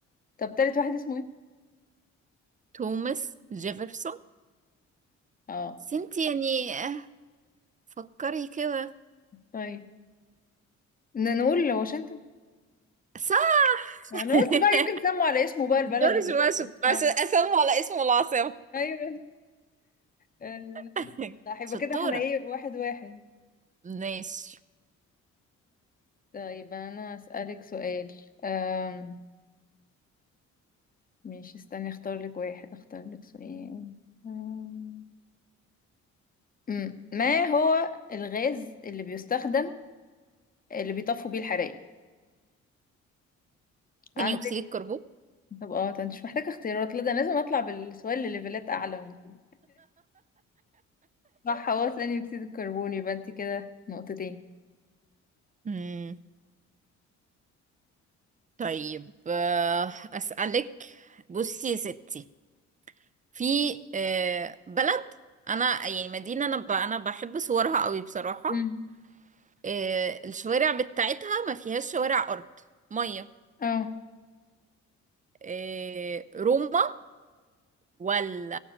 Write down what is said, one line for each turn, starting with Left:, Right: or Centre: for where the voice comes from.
Left: طب تالت واحد اسمه ايه
Right: توماس جيفرسون
Left: اه
Right: بس انت يعني آه، فكري كده
Left: طيب ن- نقول واشنطن
Right: صح
Left: انا
Right: <laughs>
Left: قلت بقى يمكن سموا على اسمه بقى البلد
Right: جورج
Left: وبتاع
Right: واشنطن عشان اسمه على اسم العاصمة
Left: ايوه آه،
Right: <laughs>
Left: صح يبقى
Right: شطورة
Left: كده احنا ايه واحد واحد
Right: ماشي
Left: طيب انا اسالك سؤال أم... مش استني اختار لك واحد اختار لك سؤال أم... مم. ما هو الغاز اللي بيستخدم اللي بيطفوا بيه الحرايق عندك
Right: ثاني أكسيد الكربون
Left: طب اه ده مش محتاجة اختيارات لا ده أنا لازم اطلع بالسؤال لليفلات اعلى من كده صح هو ثاني اكسيد الكربون يبقى انت كده نقطتين
Right: مم. طيب آه، أسألك بصي يا ستي في آه، بلد أنا يعني مدينة أنا ب- أنا بحب صورها قوي بصراحة
Left: مم.
Right: آه، الشوارع بتاعتها ما فيهاش شوارع أرض مية
Left: اه
Right: آه، روما ولا